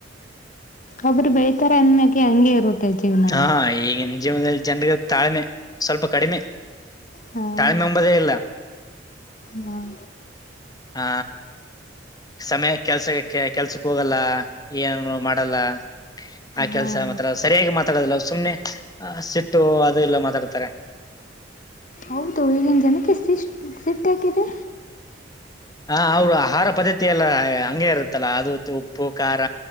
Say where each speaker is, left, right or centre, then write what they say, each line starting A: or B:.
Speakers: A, on the left; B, on the left.
A: ಒಬ್ಬರು ಬೆಳಳ್ತಾರ ಅನ್ಕ ಹಂಗೆ ಇರುತ್ತೆ ಜೀವನ ಅದು
B: ಹಾ ಈಗಿನ ಜೀವನದಲ್ಲಿ ಜನರಿಗೆ ತಾಳ್ಮೆ ಸ್ವಲ್ಪ ಕಡಿಮೆ
A: ಹಾಂ
B: ತಾಳ್ಮೆಂಬದೇ ಇಲ್ಲ
A: ಹಾಂ
B: ಹ ಸಮಯ ಕೆಲ್ಸಕ್ಕೆ ಕೆಲ್ಸಕ್ ಹೋಗಲ್ಲ ಏನುನು ಮಾಡಲ್ಲ ಆ
A: ಹಾಂ
B: ಕೆಲ್ಸ ಮತ್ರ ಸರಿಯಾಗಿ ಮಾತಾಡದಿಲ್ಲ ಸುಮ್ನೆ ಸಿಟ್ಟು ಅದು ಎಲ್ಲ ಮಾತಾಡ್ತಾರೆ
A: ಅವು ದೂಳಗೆಜನ ಕಸಿ ಸಿೀಟೆಕ್ಕೆತೆ
B: ಹ ಅವರು ಆಹಾರ ಪದ್ಧತಿಿಯ ಎಲ್ಲ ಹಂಗಗೆ ಇರುತ್ತಲ್ಲಾ ಅದು ಉಪ್ಪು ಖಾರ